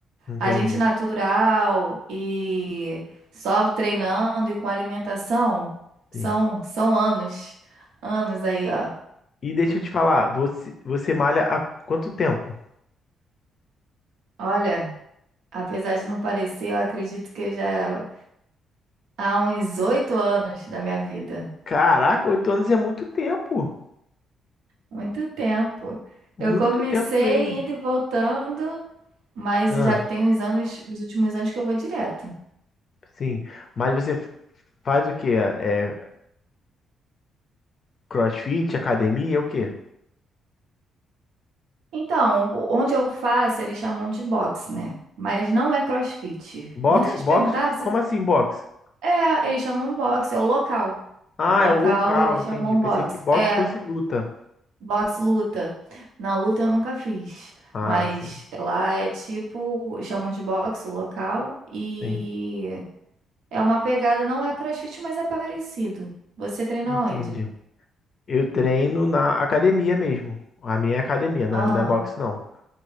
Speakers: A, on the left; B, on the right.
A: entendi.
B: A gente natural e só treinando e com alimentação, são,
A: Sim.
B: são anos, anos aí, ó.
A: E deixa eu te falar, você, você malha há quanto tempo?
B: Olha, apesar de não parecer, eu acredito que eu já há uns oito anos da minha vida.
A: Caraca, oito anos é muito tempo.
B: Muito tempo.
A: Muito
B: Eu comecei
A: tempo mesmo.
B: indo e voltando, mas
A: Ah,
B: já tem uns anos, nos últimos anos que eu vou direto.
A: sim. Mas você faz o quê? É CrossFit, academia, é o quê?
B: Então, o- onde eu faço, eles chamam de boxe, né? Mas não é CrossFit.
A: Boxe?
B: Muita gente
A: Boxe?
B: perguntava se
A: Como assim boxe?
B: é, eles chamam boxe, é o local.
A: Ah,
B: O local
A: é o local,
B: eles
A: entendi.
B: chamam
A: Pensei
B: boxe.
A: que boxe
B: É,
A: fosse luta.
B: boxe luta. Não, luta eu nunca fiz.
A: Ah,
B: Mas
A: sim,
B: lá é tipo, chamam de boxe o local E
A: sim,
B: É uma pegada, não é CrossFit, mas é parecido. Você treina
A: entendi.
B: onde?
A: Eu treino na academia mesmo. A minha é academia, não
B: Aham.
A: é, não é boxe, não.